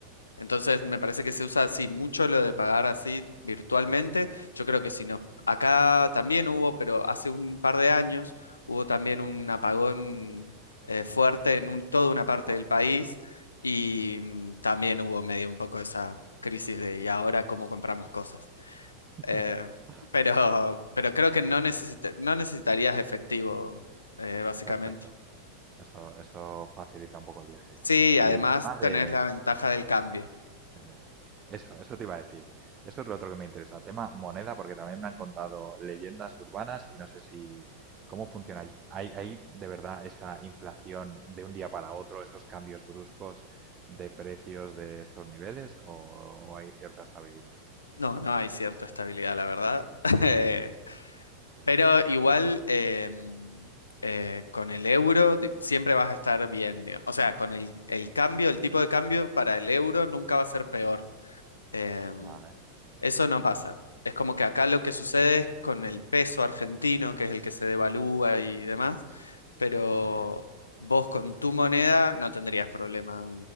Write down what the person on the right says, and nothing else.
Importante.
<laughs>
Perfecto. Eso eso facilita un poco el viaje.
Y
el tema
de
de- eso, eso te iba a decir. Eso es lo otro que me interesa. Tema moneda, porque también me han contado leyendas urbanas y no sé si cómo funciona allí. ¿Hay hay de verdad esa inflación de un día para otro, esos cambios bruscos de precios de estos niveles o o hay cierta estabilidad?
Vale,
sí.